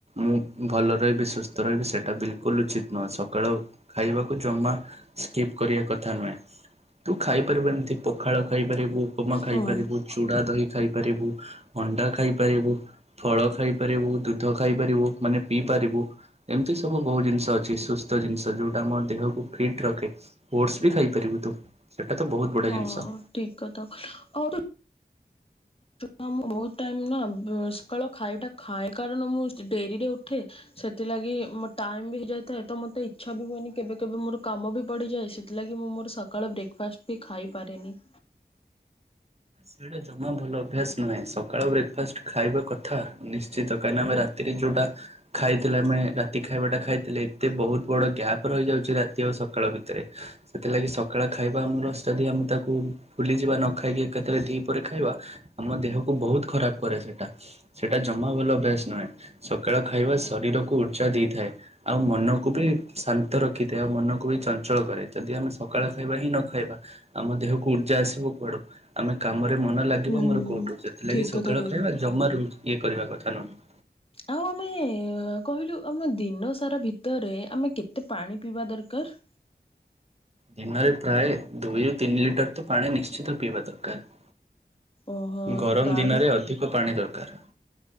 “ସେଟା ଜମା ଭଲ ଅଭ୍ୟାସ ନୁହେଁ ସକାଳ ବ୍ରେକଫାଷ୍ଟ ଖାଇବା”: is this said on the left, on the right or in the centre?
Right